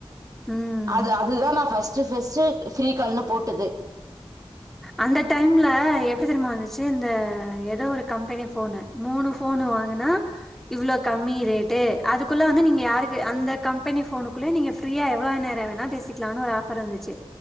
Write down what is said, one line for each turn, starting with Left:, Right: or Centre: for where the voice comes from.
Centre: ம்
Right: அது அதுதா நா ஃபஸ்டு ஃபஸ்ட்டு ஃப்ரிகால்ன்னு போட்டது
Centre: அந்த டைம்ல எப்டி தெரிமா இருந்துச்சு இந்த ஏதோ ஒரு கம்பெனி போனு மூணு போனு வாங்குனா இவ்ளோ கம்மி ரேட்டு அதுக்குள்ள வந்து நீங்க யாருக்கு அந்த கம்பெனி ஃபோனுக்குள்ள நீங்க ஃப்ரீயா எவ்வளோ நேரோ வேணா பேசிக்கலானு ஒரு ஆஃபர் இருந்துச்சு